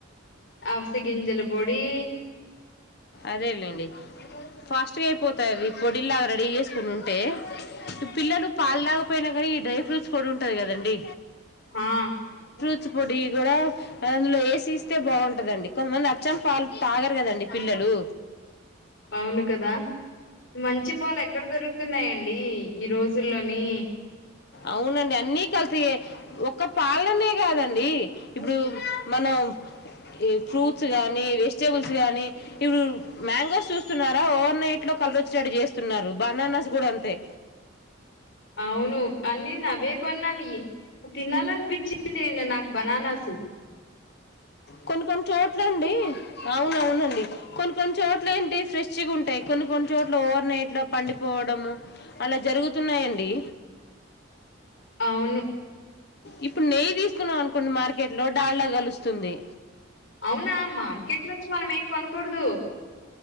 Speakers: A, on the left (about 75°); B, on the left (about 55°).
A: అవస గింజల పొడి
B: అదే లేండి ఫాస్ట్ గా అయిపోతాయి అది ఈ పొడి లాగా రెడీ చేసుకుని ఉంటే పిల్లలు పాలు తాగపోయిన కానీ ఈ డ్రై ఫ్రూట్స్ పొడి ఉంటది కదండి
A: హా
B: పుచ్చి పొడి కూడ అందులో ఏసిస్తే బాగుంటదండి కొంతమంది అచ్చం పాలు తాగరు కదండి పిల్లలు
A: అవును కదా మంచి పాలు ఎక్కడ దొరుకుతున్నాయండి ఈ రోజుల్లోని
B: అవునండి అన్నీ కల్తీ ఎ ఒక్క పాలనే కాదండి ఇప్పుడు మనం ఈ ఫ్రూట్స్ గాని వెజిటేబుల్స్ గాని ఇప్పుడు మ్యాంగోస్ చూస్తున్నారా ఓవర్నైట్ లో కలరొచ్చేటట్టు చేస్తున్నారు బనానాస్ కూడ అంతె
A: అవున్ ను అన్నీనవ్వే కొన్నాని. తినల్లనిపించింది నా నాకు బనానస్ తు
B: కొన్ని కొన్ని చోట్ల అండి అవునవునండి కొన్ని కొన్ని చోట్ల ఏంటి ఫ్రెష్ గ ఉంటాయి కొన్ని కొన్ని చోట్ల ఓవర్ నైట్ లొ పండిపోవడము అలా జరుగుతున్నాయండి.
A: అవును
B: ఇప్పుడు నెయ్యి తీసుకున్నాం అనుకోండి మార్కెట్ లో డాల్డా కలుస్తుంది
A: అవునా మార్కెట్ నుంచి మనం ఏం కొనకూడదు